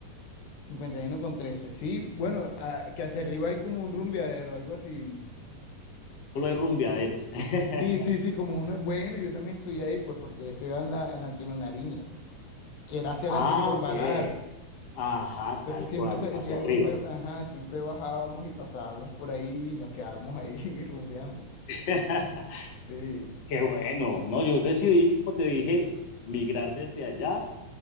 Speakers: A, on the left; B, on the left.
A: 51 con 13, sí. Bueno, ah, que hacia arriba hay como un rumbeadero, algo así.
B: Solo
A: como-
B: hay rumbeaderos. <laughs>
A: Sí, sí, sí, como uno. Bueno, yo también estudié ahí, pues porque yo estudiaba en la, en la Antonio Nariño, que era hacia
B: ah,
A: la circunvalar.
B: ok. Ajá,
A: Entonces
B: tal
A: siempre,
B: cual,
A: se-
B: hacia
A: entonces
B: arriba.
A: siempre, ajá, siempre bajábamos y pasábamos por ahí y nos quedábamos ahí <laughs> rumbeando.
B: <laughs>
A: Sí,
B: Qué bueno. No, yo decidí, como te dije, migrar desde allá.